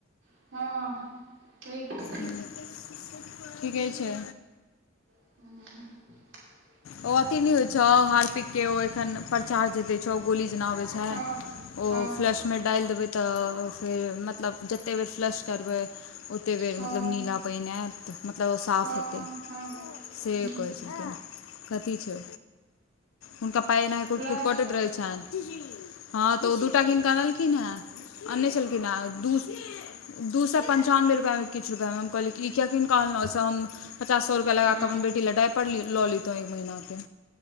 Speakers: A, on the right (about 60°); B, on the left (about 80°).
A: हँ हँ <unintelligible>
B: ह कि कहे छै
A: ह <inaudible>
B: ओ अथी होय छाव हार पिक के ओ एखन प्रचार जेदै छौ गोली जेना अबछै
A: हँ
B: ओ
A: हँ
B: फ्लश मे डालि देबै तऽ फेर मतलब जतै बेर फ्लश करबै ओते बेर
A: हँ
B: मतलब नीला पानि आयत मतलब ओ साफ
A: हँ
B: हेतै
A: हँ हँ
B: से
A: हूँ
B: कहै <inaudible> कथी छै हुनका पाइ एनाहे कुट
A: प्लस
B: कुट कटैत रहै छनि हँ तऽ ओ दू टा किनक अनलखिन हेँ अनने छलखिन हे दू
A: ह <unintelligible>
B: दू सै पंन्चानबे रुपैयामे किछु रुपैयामे हम कहलियै कि इ कियाकिनके आनलौ हम पचास सै रुपैआ लगा
A: हँ
B: कहबनि बेटी ल डायफर ललेतौ एक महिना के